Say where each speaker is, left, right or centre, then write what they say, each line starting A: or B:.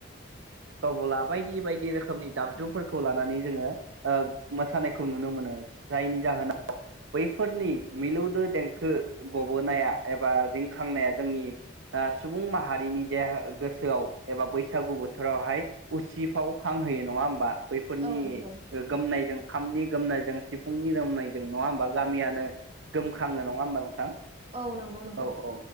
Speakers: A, on the right; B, on the right.
A: तबला बायदि बायदि रोखोमनि दामजुफोरखौ
B: औ
A: लानानै जोङो मोसानायखौ नुनो मोनो जायनि जाहोनाव बैफोरनि मिलौदो देंखो गबोनाया एबा रिंखांनाया जोंनि सुबुं माहारिनि देहा गोसोआव एबा बैसागु बोथोरावहाय उसिफाव खांहोयो नङा होमबा बैफोरनि
B: औ नंगौ
A: गोमनायजों खामनि गोोमनायजों सिफुंनि रोमनायजों नङा होमबा गामियानो गोमखाङो नङा होमबा नोंथां?
B: औ नंगौ नोंथां।
A: औ औ